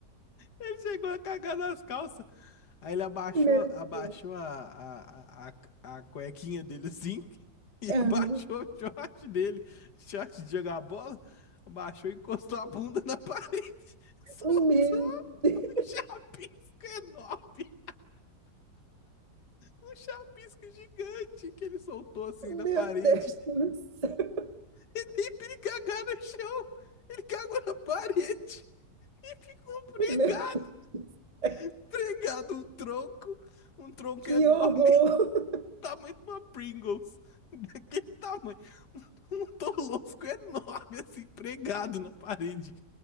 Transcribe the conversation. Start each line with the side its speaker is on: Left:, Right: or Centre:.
Left: Ele chegou a cagar nas calças. Aí ele abaixou,
Right: Meu
Left: abaixou
Right: Deus.
Left: a, a, a, a, a cuequinha dele assim <laughs> e
Right: Aham.
Left: abaixou o short dele, short de jogar bola, abaixou e encostou a bunda na parede, <laughs> soltou
Right: Meu Deus.
Left: um chapisco enorme. Um chapisco gigante que ele soltou assim na
Right: Meu
Left: parede.
Right: Deus do céu.
Left: E nem pra ele cagar no chão. Ele cagou na parede e ficou pregado,
Right: Meu Deus. do céu.
Left: pregado um tronco, um tronco
Right: Que
Left: enorme,
Right: horror.
Left: <laughs> tamanho de uma Pringles, daquele tamanho, um, um tolosco enorme assim, pregado na parede,